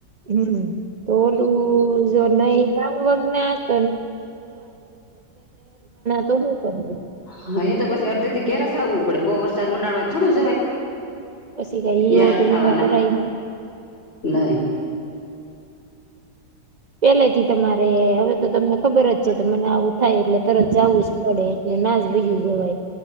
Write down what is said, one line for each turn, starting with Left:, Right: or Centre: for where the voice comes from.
Right: હમ્મ. તો ઓલું જો નઈ. <unintelligible> <unintelligible> તું હું કરું.
Left: હા એ તો પછી અડધેથી્ય્યારેસ આવવું પડે બઉ વરસાદ મમાંડાડણમાંય થોડું જવાય.
Right: અછી કહી
Left: હેરાણ
Right: ઓ તો
Left: થવાના
Right: મોકહી.
Left: નહી
Right: પેલે થી તમારે હવે તો તમને ખબર જ છે મને આવું થાય એટલે તરત જવું જ પડે એટલે ના <unintelligible> જવાય